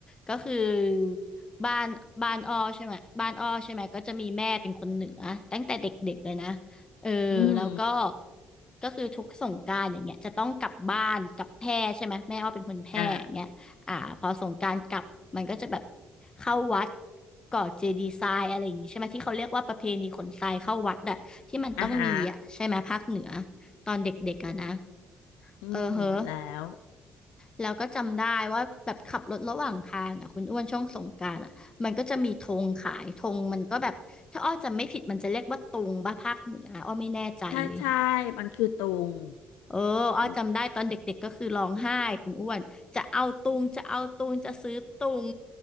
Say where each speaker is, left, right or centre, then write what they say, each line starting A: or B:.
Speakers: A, on the left; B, on the left.
A: ก็คือบ้านบ้านอ้อใช่ไหมบ้านอ้อใช่ไหมก็จะมีแม่เป็นคนเหนือตั้งแต่เด็กๆเลยนะเออแล้วก็
B: อืม
A: ก็คือทุกสงกรานต์อย่างเงี้ยจะต้องกลับบ้านกลับแพร่ใช่ไหมแม่อ้อเป็นคนแพร่อย่างเงี้ยอ่าพอสงกรานต์กลับมันก็จะแบบ
B: อ่า
A: เข้าวัดก่อเจดีย์ทรายอะไรอย่างงี้ใช่ไหมที่เขาเรียกว่าประเพณีขนทรายเข้าวัดอะที่มันต้องมีอะใช่ไหมภาคเหนือ
B: อาหา
A: ตอนเด็กๆอะนะ
B: อืมแล้ว
A: เออเฮ้อ แล้วก็จำได้ว่าแบบขับรถระหว่างทางอ่ะคุณอ้วนช่วงสงกรานต์อ่ะมันก็จะมีธงขายธงมันก็แบบถ้าอ้อจำไม่ผิดมันจะเรียกว่าตุงบ้าภาคเหนืออ้อไม่แน่ใจเลย
B: ถ้าใช่มันคือตุง
A: เอออ้อจำได้ตอนเด็กๆก็คือร้องไห้คุณอ้วนจะเอาตุงจะเอาตุงจะซื้อตุง
B: อืม